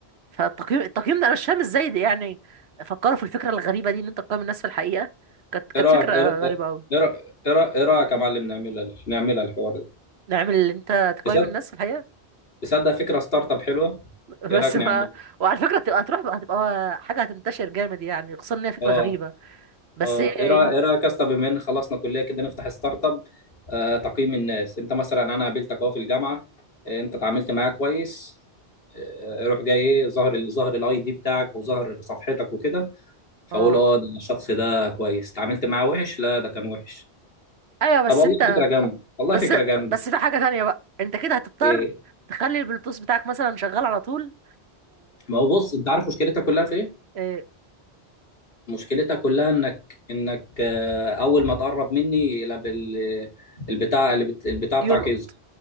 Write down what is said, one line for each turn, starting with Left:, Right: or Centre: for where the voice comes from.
Right: فالتقييم التقييم ده أنا مش فاهم إزاي ده يعني فكروا في الفكرة الغريبة دي إن أنت تقيم الناس في الحقيقة كانت كانت
Left: ايه رايك
Right: فكرة
Left: ايه رأ-
Right: غريبة أوي
Left: إيه رأ- إيه رأ- إيه رايك يا معلم نعملها نعملها الحوار ده
Right: نعمل اللي أنت تقيم
Left: تصدق
Right: الناس في الحقيقة
Left: تصدق فكرة ستارت اب حلوة
Right: <laughs>
Left: ايه
Right: بس
Left: رايك نعمل
Right: ما... وعلى فكرة هتبقى هتروح بقى هتبقى حاجة هتنتشر جامد يعني خصوصا إن هي فكرة
Left: اه
Right: غريبة بس
Left: اه
Right: إن-
Left: ايه رايك ايه رايك يا اسطى بما ان خلصنا كلية كده نفتح ستارت اب آه تقييم الناس انت مثلا انا قابلتك اهو في الجامعة آه، انت اتعاملت معايا كويس آه، روح جاي ايه ظهر ظهر الاي دي بتاعك وظهر صفحتك وكده فاقول
Right: اه
Left: اه ده الشخص ده كويس اتعاملت معاه وحش لا ده كان وحش
Right: أيوه بس
Left: طب والله
Right: أنت
Left: فكره جامده والله
Right: بس
Left: فكره جامده
Right: بس في حاجة تانية بقى أنت كده هتضطر
Left: إيه
Right: تخلي البلوتوث بتاعك مثلا شغال على طول
Left: ما هو بص انت عارف مشكلتها كلها في ايه
Right: إيه،
Left: مشكلتها كلها انك انك آه، اول ما تقرب مني لا بال- البتاع اللي بت- البتاع بتاعك
Right: يلقط
Left: يظهر